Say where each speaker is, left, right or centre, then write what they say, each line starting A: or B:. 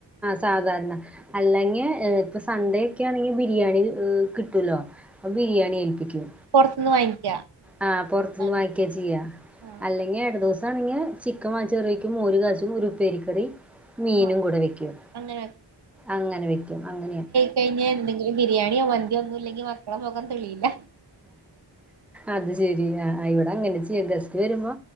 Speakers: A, in the centre; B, on the right.
A: സാധാരണ അല്ലെങ്കിൽ ഇപ്പൊ സൺഡേ ഒക്കെ ആണെങ്കിൽ ബിരിയാണി കിട്ടൂല്ലോ അപ്പൊ ബിരിയാണി ഏൽപ്പിക്കും
B: പുറത്തുന്ന് വാങ്ങിക്ക
A: ആ പൊർത്ത്ന്ന്
B: ആഹ്
A: വാങ്ങിക്ക ചെയ്യ
B: ആഹ്
A: അല്ല <unintelligible> ദിവസാണങ്കി ചിക്കൻ വാങ്ങിച്ച് കറി വെക്കും മോര് കാച്ചും ഒരു ഉപ്പേരിക്കറി മീനും
B: ആഹ്
A: കൂടെ വെക്കും
B: അങ്ങനെ
A: അങ്ങനെ വെക്കും അങ്ങനെയ
B: കഴിഞ്ഞ എന്തെങ്കിലും ബിരിയാണിയോ മന്തിയോ ഒന്നുല്ലെങ്കിൽ മക്കളെ മുഖം തെളിയില്ല.
A: അത് ശരിയ ആ ഇവടെ അങ്ങനെ ചെ ഗസ്റ്റ് വരുമ്പോ